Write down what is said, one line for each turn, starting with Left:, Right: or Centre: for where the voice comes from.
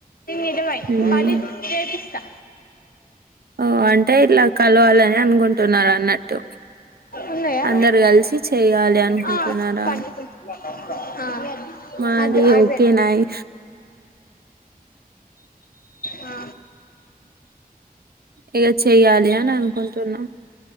Left: ఇరవై
Right: మ్మ్
Left: పది చే ష్టా
Right: ఆ అంటే ఇట్లా కలవాలని అనుకుంటున్నారు అన్నట్టు
Left: ఉన్నాయా
Right: అందరు కలిసి చెయ్యాలి అనుకుంటున్నారా
Left: ఆ పట్టుకో ఆ
Right: మాది
Left: అద్దు అయిపోయింది
Right: ఓకేనాయ్
Left: ఆ
Right: ఇగ చెయ్యాలి అని అనుకుంటున్నా